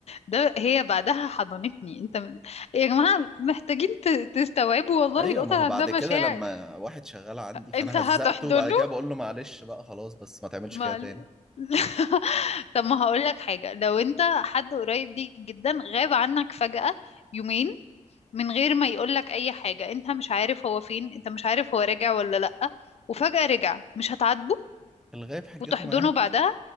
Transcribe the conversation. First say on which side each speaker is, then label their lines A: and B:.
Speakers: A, on the left; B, in the centre.
A: ده هي بعدها حضنتني انت م- يا جماعة محتاجين ت- تستوعبوا والله
B: ايوه
A: القطط
B: ما
A: عندها
B: هو بعد كده
A: مشاعر
B: لما واحد شغال عندي فانا
A: انت هتحضن
B: هزقته وبعد كده بقول له معلش بقى خلاص بس ما تعملش
A: ما
B: كده تاني
A: ل- <laughs> طب ما هقول لك حاجة لو انت حد قريب ليك جدا غاب عنك فجأة يومين من غير ما يقول لك اي حاجة انت مش عارف هو فين انت مش عارف هو راجع ولا لأ وفجأة رجع مش هتعاتبه
B: الغايب حجته
A: وتحضنه
B: معاه
A: بعدها